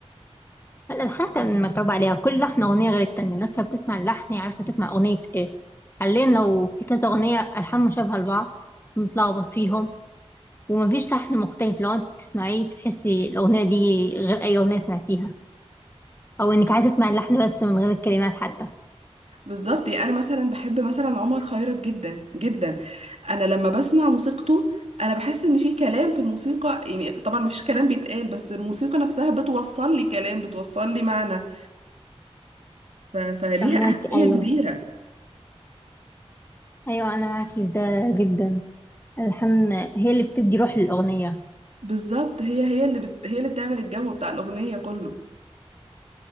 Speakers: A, on the left (about 20°); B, on the right (about 80°).
A: الألحان كان متعوب عليها كل لحن أغنية غير التانية الناس كانت بتسمع اللحن هي عارفة تسمع أغنية ايه حاليا لو في كذا أغنية ألحان مشابهة لبعض بنتلخبط فيهم ومفيش لحن مختلف لو انت تسمعيه بتحسي الأغنية دي غير أي أغنية سمعتيها أو إنك عايزة تسمع اللحن بس من غير الكلمات حتى
B: بالظبط يعني انا مثلا بحب مثلا عمر خيرت جدا جدا انا لما بسمع موسيقته انا بحس ان في كلام في الموسيقى يعني طبعا مفيش كلام بيتقال بس الموسيقى نفسها بتوصل لي كلام بتوصل لي معنى ف... فليها
A: فهماك
B: اهمية
A: أيوه
B: كبيرة
A: ايوه انا معاكي في ده جدا الحن هي اللي بتدي روح للاغنيه
B: بالظبط هي هي اللي بت... هي اللي بتعمل الجو بتاع الاغنية كله